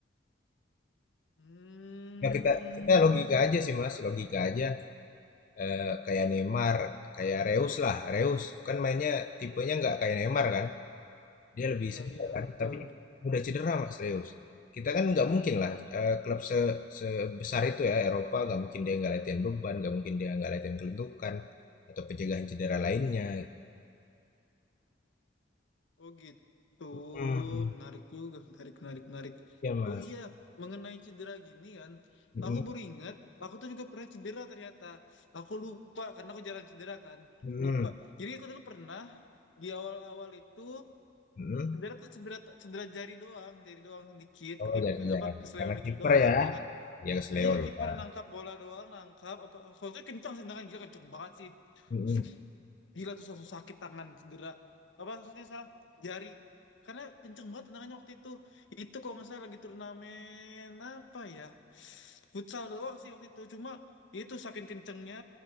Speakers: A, on the left; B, on the left.
A: Hmm,
B: Ya kita kita logika aja sih Mas, logika aja. eh, kayak Neymar, kayak Reus lah. Reus kan mainnya tipenya nggak kayak Neymar kan. Dia lebih
A: iya
B: simpel
A: iya
B: kan.
A: betul.
B: Tapi udah cedera Mas Reus. Kita kan nggak mungkin lah eh, klub se- sebesar itu ya Eropa nggak mungkin dia nggak latihan beban, nggak mungkin dia nggak latihan kelentukan atau pencegahan cedera lainnya.
A: Oh gitu,
B: Hmm.
A: menarik juga, menarik menarik menarik.
B: Ya Mas.
A: Oh iya, mengenai cedera gini kan,
B: Mm,
A: aku baru ingat, aku tuh juga pernah cedera ternyata. Aku lupa karena aku jarang cedera kan,
B: mm,
A: lupa. Jadi aku dulu pernah di awal-awal itu
B: mm.
A: cedera tuh cedera cedera jari doang, jari doang dikit,
B: Oh
A: klip-
B: jadi ya
A: apa kesleo
B: karena
A: dikit
B: kiper
A: doang,
B: ya.
A: ya kan
B: Ya ke Leo
A: Iya kiper
B: ya.
A: nangkap bola doang nangkap apa Holtnya kencang sih tangan gila kencang banget sih
B: Mm,
A: Zup, gila tuh satu sakit tangan cedera apa maksudnya salah jari karena kencang banget tendangannya waktu itu itu kalau nggak salah lagi turnamen apa ya futsal doang sih waktu itu cuma itu saking kencengnya